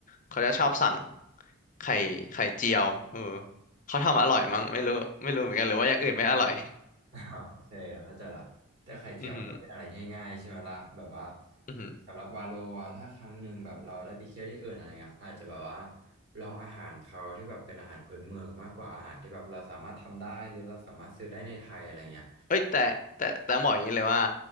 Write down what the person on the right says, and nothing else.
<laughs> อ่าโอเคเข้าใจละแต่ไข่เจียวมันก็เป็นอะไรง่ายๆใช่ไหมล่ะแบบว่า
สำหรับวาโลอะถ้าครั้งหนึ่งแบบเราได้ไปเที่ยวที่อื่นอะไรเงี้ยอาจจะแบบว่าลองอาหารเขาที่แบบเป็นอาหารพื้นเมืองมากกว่าอาหารที่แบบเราสามารถทำได้หรือเราสามารถซื้อได้ในไทยอะไรเงี้ย